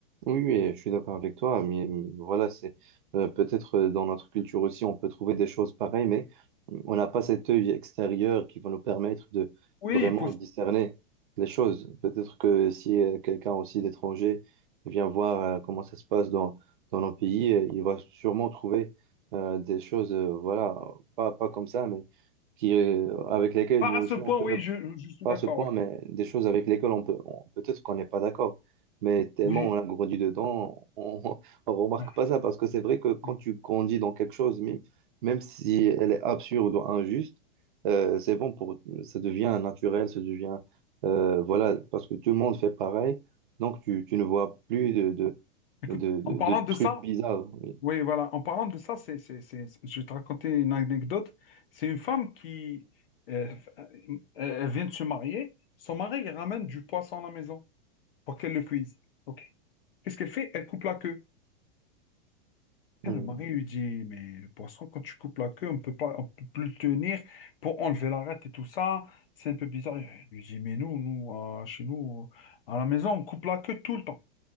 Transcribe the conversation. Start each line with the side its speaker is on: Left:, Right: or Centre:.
Right: Oui, oui, je suis d'accord avec toi, mais mais voilà, c'est euh, peut-être euh, dans notre culture aussi, on peut trouver des choses pareilles, mais mmh, on n'a pas cet œil extérieur qui va nous permettre de
Left: Oui,
Right: vraiment
Left: possible.
Right: discerner les choses. Peut-être que si euh, quelqu'un aussi d'étranger vient voir euh, comment ça se passe dans, dans nos pays, euh, il va sûrement trouver euh, des choses, euh, voilà, pas, pas comme ça, mais qui, euh, avec lesquelles
Left: Pas
Right: nous
Left: à
Right: aussi,
Left: ce point,
Right: on peut
Left: oui,
Right: ne
Left: je, je suis
Right: pas
Left: d'accord,
Right: à ce point,
Left: oui.
Right: mais des choses avec lesquelles on peut, on- peut-être qu'on n'est pas d'accord, mais tellement
Left: Oui.
Right: on a grandi dedans, on, <laughs> on remarque
Left: Ouais.
Right: pas ça parce que c'est vrai que quand
Left: Ouais.
Right: tu grandis dans quelque chose, même, même si elle est absurde ou injuste, euh, c'est bon pour, ça devient naturel, ça devient, euh, voilà, parce que tout le monde fait pareil, donc tu, tu ne vois plus de, de,
Left: Écoute,
Right: de, de-
Left: en parlant
Right: de trucs
Left: de ça,
Right: bizarres. Oui,
Left: Oui, voilà. En parlant de ça, c'est, c'est, c'est- c'est- je vais te raconter une anecdote. C'est une femme qui euh, euh, elle vient de se marier. Son mari il ramène du poisson à la maison pour qu'elle le cuise. OK. Qu'est-ce qu'elle fait? Elle coupe la queue.
Right: Hmm.
Left: Et le mari lui dit, mais le poisson, quand tu coupes la queue, on peut pas, on peut plus le tenir pour enlever l'arête et tout ça. C'est un peu bizarre. Elle lui dit, mais nous, nous, à- chez nous, à la maison, on coupe la queue tout le temps.